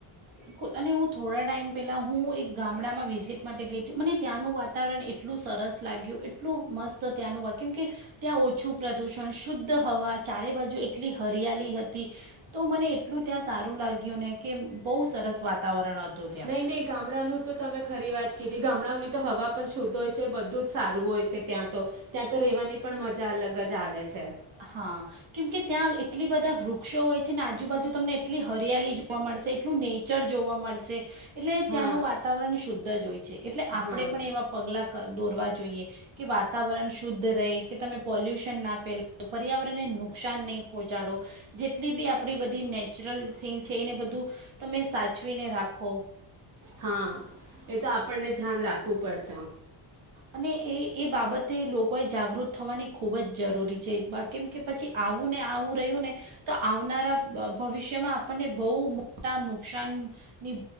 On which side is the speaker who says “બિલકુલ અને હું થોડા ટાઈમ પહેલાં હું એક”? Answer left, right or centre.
Right